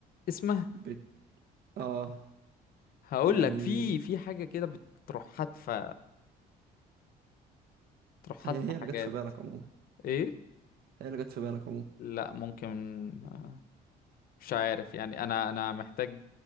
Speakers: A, on the left; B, on the right.
A: اسمها
B: بت... اه
A: هقول
B: يعني
A: لك في في حاجة كده بتروح حادفة تروح حادفة
B: هي هي اللي
A: حاجات
B: جت في بالك عموما
A: ايه
B: هي اللي جت في بالك عموما
A: لا ممكن آه، مش عارف يعني انا انا محتاج